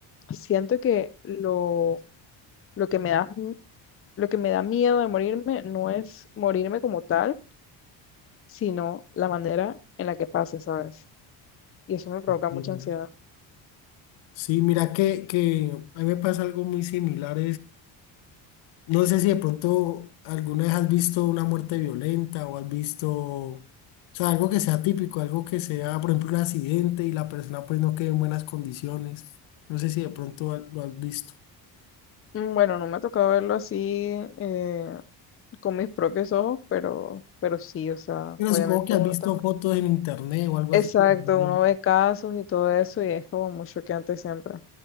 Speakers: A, on the left; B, on the left.
A: siento que lo, lo que me da lo que me da miedo de morirme no es morirme como tal, sino la manera en la que pase, ¿sabes? Y eso me provoca
B: Bien.
A: mucha ansiedad.
B: Sí, mira que, que a mí me pasa algo muy similar. No sé si de pronto alguna vez has visto una muerte violenta o has visto, o sea, algo que sea típico, algo que sea, por ejemplo, un accidente y la persona pues no quede en buenas condiciones. No sé si de pronto ha- lo has visto.
A: Mm, Bueno, no me ha tocado verlo así eh, con mis propios ojos, pero, pero sí, o sea,
B: Pero
A: obviamente
B: supongo que has
A: uno
B: visto
A: está...
B: fotos en internet o algo
A: Exacto,
B: así. claro, ¿no?
A: uno ve casos y todo eso y es como mucho que antes siempre.